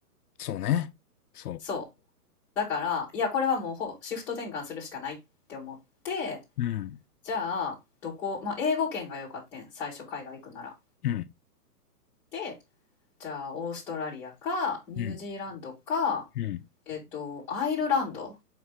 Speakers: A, on the left; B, in the centre.
A: そうね。そ
B: そう。だから、いや、これはもうほシフト転換するしかないって思って、
A: う。うん。
B: じゃあ、どこ、まあ、英語圏が良かったん、最初海外行くなら。
A: うん。
B: で、じゃあ、オーストラリアか、ニュージーランドか、
A: うん。うん。
B: えっと、アイルランド